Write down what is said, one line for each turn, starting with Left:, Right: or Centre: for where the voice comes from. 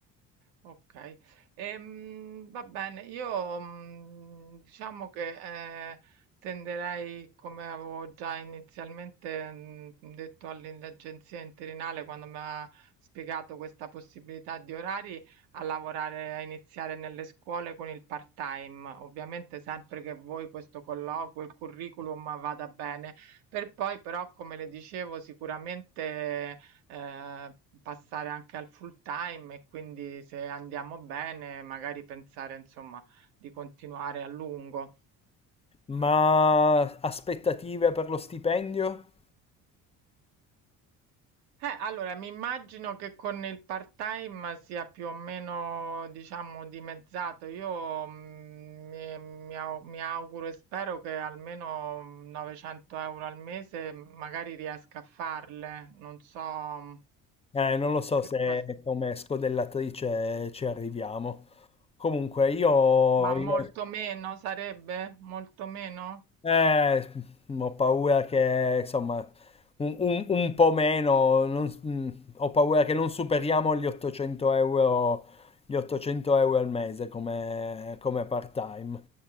Right: Okay. Ehm, va bene, io, mhmm, diciamo che, ehm, tenderei, come avevo già inizialmente, mhmm, detto all'agenzia interinale quando m'ha spiegato questa possibilità di orari, a lavorare a iniziare nelle scuole con il part-time. Ovviamente sempre che voi questo colloquio, il curriculum vada bene. Per poi però, come le dicevo, sicuramente eh, passare anche al full time e quindi se andiamo bene magari pensare insomma di continuare a lungo.
Left: Ma aspettative per lo stipendio?
Right: Eh, allora, mi immagino che con il part-time sia più o meno, diciamo, dimezzato. Io mm, mi, mi au- mi auguro e spero che almeno 900 euro al mese magari riesca a farle. Non so mm,
Left: Eh, non lo so
Right: che
Left: se
Right: cosa,
Left: come scodellatrice ci arriviamo. Comunque, io
Right: ma molto
Left: in-
Right: meno sarebbe? Molto meno?
Left: Eh, ho paura che, insomma, un, un- un po' meno, non s- mm, ho paura che non superiamo gli 800 euro, gli 800 euro al mese come, come part-time.